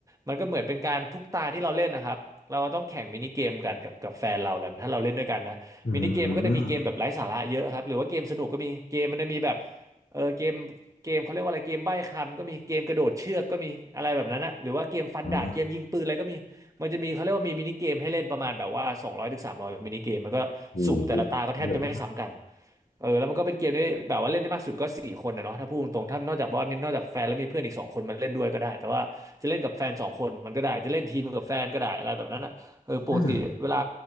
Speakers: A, on the right (about 20°); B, on the left (about 90°).
A: มันก็เหมือนเป็นการทุกตาที่เราเล่นนะครับ เราต้องแข่งมินิเกมกันกับกับแฟนเราแหละถ้าเราเล่นด้วยกันนะมินิเกมมันก็จะมีเกมแบบไร้สาระเยอะครับหรือว่าเกมสนุกก็มีเกมมันจะมีแบบ
B: อืม
A: เออเกมเกมเขาเรียกว่าอะไรเกมใบ้คำก็มีเกมกระโดดเชือกก็มีอะไรแบบนั้นนะหรือว่าเกมฟันดาบเกมยิงปืนอะไรก็มีมันจะมีเขาเรียกว่ามีมินิเกมให้เล่นประมาณแบบว่าสองร้อยถึงสามร้อยมินิเกมมันก็สุ่มแต่ละตาก็แทบจะไม่ซ้ำกัน
B: อ่าโอ้โหเยอะมาก
A: เออแล้วมันก็เป็นเกมที่แบบว่าเล่นได้มากสุดก็สี่คนนะเนาะถ้าพูดตรงๆถ้านอกจากว่ามีนอกจากแฟนแล้วมีเพื่อนอีกสองคนมาเล่นด้วยก็ได้แต่ว่าจะเล่นกับแฟนสองคนมันก็ได้จะเล่นทีมกับแฟนก็ได้อะไรแบบนั้นอ่ะเออปกติเวลา
B: น่าจะ